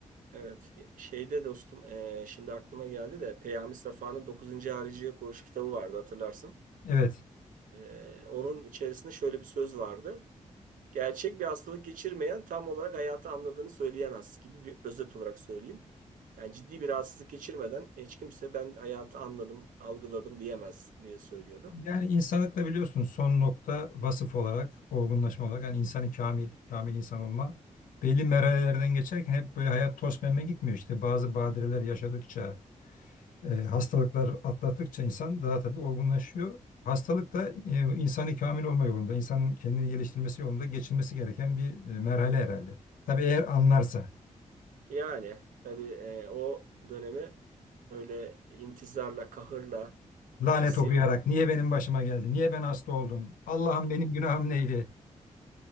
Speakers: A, on the right; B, on the left.
A: Evet. Şeyde dostum eee, şimdi aklıma geldi de Peyami Safa'nın dokuzuncu Hariciye Koğuş kitabı vardı hatırlarsın.
B: Evet.
A: Eee, onun içerisinde şöyle bir söz vardı. Gerçek bir hastalık geçirmeyen tam olarak hayatı anladığını söyleyemez gibi bir özet olarak söyleyeyim. Yani ciddi bir rahatsızlık geçirmeden hiç kimse ben hayatı anladım, algıladım diyemez diye söylüyordu.
B: Yani insanlıkla biliyorsunuz son nokta vasıf olarak, olgunlaşma olarak yani insanı kamil, kamil insan olma belli merhalelerden geçerken hep böyle hayat toz pembe gitmiyor. İşte bazı badireler yaşadıkça, e, hastalıklar atlattıkça insan daha tabii olgunlaşıyor. Hastalık da e, insanı kamil olma yolunda, insanın kendini geliştirmesi yolunda geçilmesi gereken bir e, merhale herhalde. Tabii eğer anlarsa,
A: Yani tabii e, o dönemi böyle intizarla, kahırla,
B: lanet
A: e, isyan
B: okuyarak niye benim başıma geldi, niye ben hasta oldum, Allah'ım benim günahım neydi?